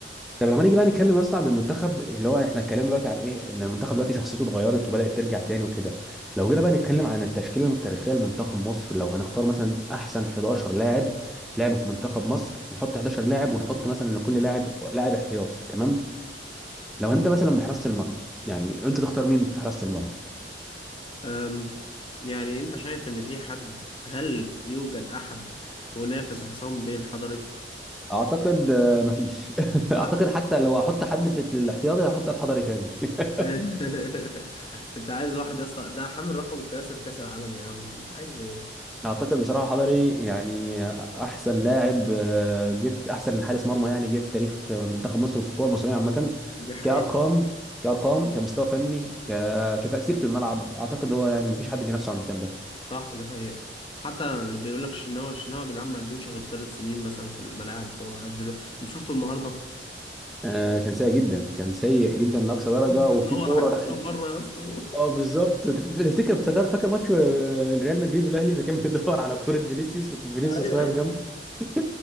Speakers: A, in the centre; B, on the left.
A: طب لو هنيجي بقى نتكلم اصلا عن المنتخب اللي هو احنا اتكلمنا دلوقتي عن ايه ان المنتخب دلوقتي شخصيته اتغيرت وبدأت ترجع تاني وكده لو جينا بقى نتكلم عن التشكيله التاريخيه لمنتخب مصر لو هنختار مثلا احسن 11 لاعب لعبوا في منتخب مصر نحط 11 لاعب ونحط مثلا لكل لاعب لاعب احتياطي تمام لو هنبدأ مثلا بحراسه المرمى يعني انت تختار مين في حراسه المرمى
B: أم... يعني انت شايف ان في حد هل يوجد احد ينافس عصام بيه الحضري؟
A: اعتقد آه، مفيش <laughs> اعتقد
B: صح؟
A: حتى لو هحط حد في الاحتياطي هحط الحضري تاني <laughs>
B: <laughs> انت عايز واحد يا اسطى ده حامل رقم قياسي في كأس العالم يا عم انت عايز ايه؟
A: اعتقد بصراحه حضري يعني احسن لاعب آه، جه في- احسن حارس مرمى يعني جه في تاريخ منتخب مصر وفي الكوره المصريه عامه
B: دي حقيقة
A: كارقام كارقام كمستوى فني ك... كتاثير في الملعب اعتقد هو يعني ما فيش حد بينافسه على المكان ده
B: صح ده حقيقة حتى اللي بيقول لك الشناوي الشناوي يا جدعان ما قدمش غير ثلاث سنين مثلا في الملاعب وقاعد دلو- انت شفته النهارده
A: آه، كان سيء جدا كان سيء جدا لاقصى درجه
B: <laughs> بيدور
A: وفي كوره
B: على
A: دخلت
B: الكوره بره يا اسطى <laughs> هو.
A: اه بالظبط تف- تفتكر افتكر فاكر ماتش آه، ريال مدريد والاهلي ما كان <laughs> بيدور على كوره فينيسيوس وفينيسيوس
B: ايوه
A: واقف
B: ايوه
A: جنبه <laughs>